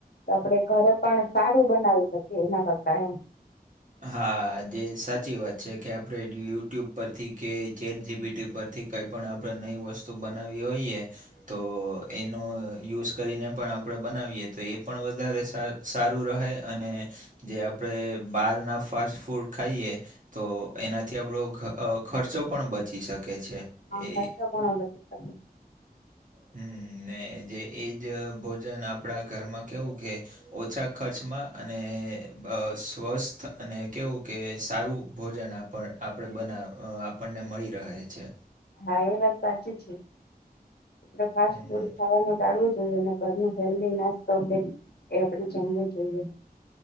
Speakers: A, on the left (about 85°); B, on the right (about 55°).
A: આપડે ઘરે પણ સારું બનાવી શકીએ એના કરતા એમ
B: હા જે સાચી વાત છે કે આપડે યુટ્યુબ પરથી કે ચેટ જીપીટી પરથી કંઈપણ આપડે નવી વસ્તુ બનાવવી હોઈએ તો એનો યુઝ કરીને પણ આપડે બનાવીએ તો એ પણ વધારે સા સારું રહે અને જે આપડે બારના ફાસ્ટ ફૂડ ખાઈએ તો એનાથી આપડો ખર્ચો પણ બચી શકે છે
A: હા
B: એ
A: ખર્ચો પણ બચી શકે
B: હમ ને જે એ જ ભોજન આપડા ઘરમાં કેવું કે ઓછા ખર્ચમાં અને સ્વસ્થ અને કેવું કે સારું ભોજન આ પણ આપડે બનાવ આપણને મળી રહે છે
A: હા એ વાત સાચી છે આપડે ફાસ્ટ
B: હમ
A: ફૂડ ખાવાનું ટાળવો જોઈએ અને ઘરનું હેલ્દી નાસ્તો એ આપડે જમવું જોઈએ